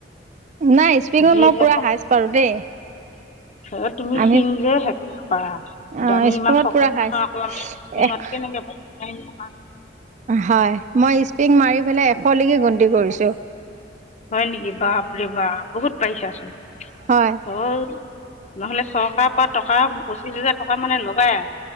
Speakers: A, on the right (about 45°); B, on the left (about 40°).
A: নাই ইস্পিঙত
B: যিহে
A: মই পুৰা হাইজ পাৰো দেই।
B: হে তুমি
A: আমি
B: ক্ষীন যে সেইকাৰণে পাৰা, এতিয়া
A: অ
B: আমি
A: স্প্ৰিঙত
B: ইমান শকত
A: পুৰা
B: মানুহ
A: হাইচ
B: আকৌ আমি স্পিংঙত
A: এশ
B: কেনেকে পাৰিম নোৱাৰিম নহয়।
A: হয়', মই ইস্পিং মাৰি পেলাই এশলৈকি গন্তি কৰিছো।
B: হয়', নেকি বাপৰে বাপ বহুত পাইছাচোন
A: হয়
B: অ',। নহ'লে চৰকাৰ পৰা টকা পঁচিশ হাজাৰ টকা মানে লবাই আ।